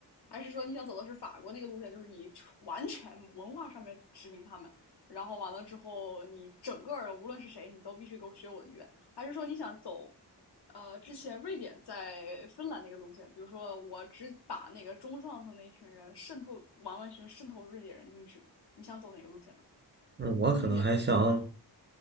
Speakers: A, on the left; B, on the right.
A: 还是说你想走的是法国那个路线，就是你完全文化上面殖民他们？然后完了之后，你整个的无论是谁，你都必须给我学我的语言，还是说你想走，呃，之前瑞典在芬兰那个路线，比如说我只把那个中上层那群人渗透完完全渗透瑞典人进去，你想走哪个路线呢？
B: 嗯，我可能还想，
A: 目前，